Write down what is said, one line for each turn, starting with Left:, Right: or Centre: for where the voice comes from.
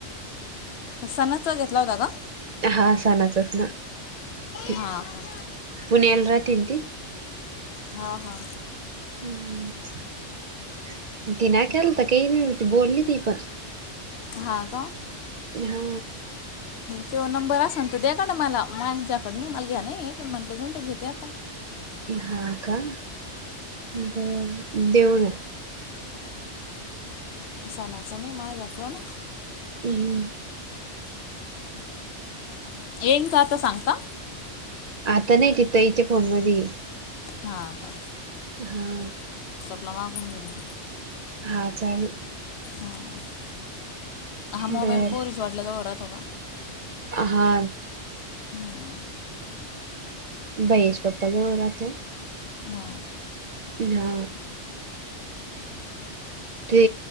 Left: ह सनाचा घेतला होता का?
Right: हा सणाचच ना ती,
Left: हा का
Right: पुण्याला राहती ना ती?
Left: हा हा.
Right: हम्म ती ना केलता कि, ती बोलली ती पण.
Left: हा का?
Right: हा.
Left: त्यो नंबर असन तर द्या गडं मला, माझ्याकडं नाही मला घ्या नाही पण म्हटलं जाऊन ते घेते आता.
Right: हा का? बरं देऊना.
Left: सनाचा नाही माझ्याकड?
Right: हम्म,
Left: येईन का आता सांगता?
Right: आता नाही तितं ईच्या फोन मध्ये ये.
Left: हा का?
Right: हा.
Left: तुला मागून घेईन मग.
Right: हा चालेल.
Left: हां हा मोबाईल
Right: बर
Left: पोरीच्या वडलाजवळ राहतो का?
Right: हा.
Left: हां
Right: भैय्याच्या पप्पा जवळ राहातो.
Left: हा
Right: हा. ते